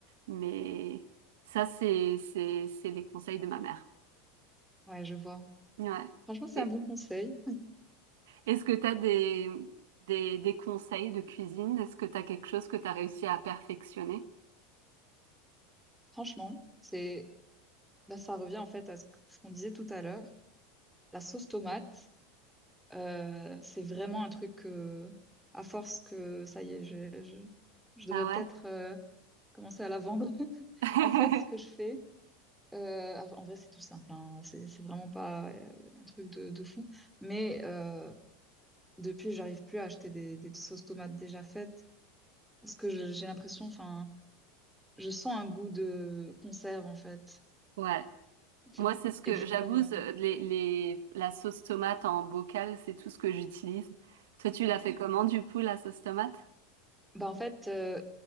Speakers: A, on the right; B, in the centre.
A: Mais ça, c'est, c'est, c'est les conseils de ma mère.
B: Ouais, je vois.
A: Ouais.
B: Franchement, c'est
A: Et-
B: un bon conseil.
A: Est-ce que tu as des, des, des conseils de cuisine? Est-ce que tu as quelque chose que tu as réussi à perfectionner?
B: Franchement, c'est, bah, ça revient en fait à ce que- ce qu'on disait tout à l'heure. La sauce tomate, euh, c'est vraiment un truc que, à force que, ça y est, je, je, je devrais
A: Ah ouais?
B: peut-être. euh, commencer à la vendre. <laughs>
A: <laughs>
B: En fait, ce que je fais, euh, en en vrai, c'est tout simple, hein. C'est, c'est vraiment pas euh, un truc de, de fou. Mais euh, depuis, j'arrive plus à acheter des, des sauces tomates déjà faites parce que je- j'ai l'impression, enfin, je sens un goût de conserve en fait.
A: Ouais.
B: C'est-
A: Moi, c'est ce que
B: Et du
A: j'avoue,
B: coup, euh,
A: ce- les, les, la sauce tomate en bocal, c'est tout ce que j'utilise. Toi, tu l'as fait comment, du coup, la sauce tomate?
B: bah en fait, euh,